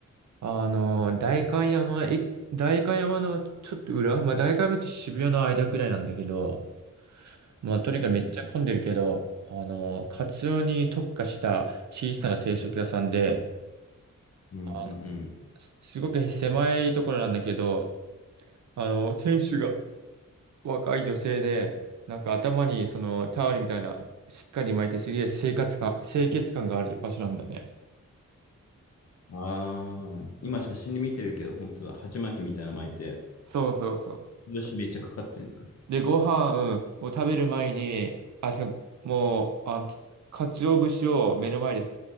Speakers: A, on the right (about 65°); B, on the left (about 50°).
A: あのー、代官山、え、代官山のちょっと裏、まあ、代官山って渋谷の間くらいなんだけど、まあ、とにかくめっちゃ混んでるけど、
B: うん
A: あのー、カツオに特化した小さな定食屋さんで、
B: うんうん
A: あの、すすごく狭いところなんだけど、あの、店主が若い女性で、なんか頭にそのタオルみたいな、しっかり巻いてすげえ生活感、清潔感がある場所なんだね。
B: うん。ああ、今写真で見てるけど、本当だ、鉢巻きみたいなの巻いて、
A: そうそうそう。
B: よし、めっちゃかかってる。
A: で、ご飯、うんを食べる前に、あ、じゃあもう、あ、鰹節を目の前で、